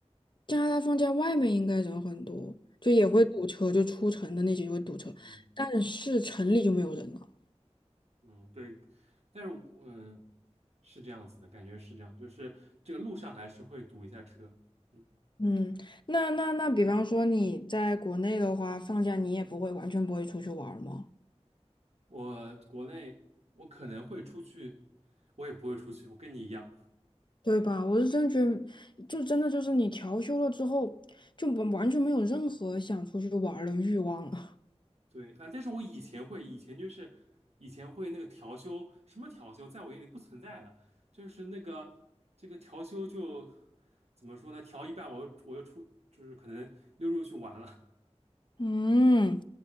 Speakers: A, on the left; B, on the right.
A: 加拿大放假外面应该人很多，就也会堵车，就出城的那些就会堵车，
B: 嗯嗯。
A: 但是城里就没有人了。
B: 嗯，对，但是我，嗯、是这样子的，感觉是这样，就是这个路上还是会堵一下车。嗯，
A: 嗯，那那那，比方说你在国内的话，放假你也不会完全不会出去玩儿吗？
B: 我国内我可能会出去，我也不会出去，我跟你一样。
A: 对吧？我是真觉得，就真的就是你调休了之后，就完完全没有任何想出去玩儿的欲望了。
B: 对啊，但是我以前会，以前就是以前会那个调休，什么调休，在我眼里不存在的，就是那个这个调休就怎么说呢？调一半我又我又出，就是可能溜出去玩了，
A: <laughs> 嗯，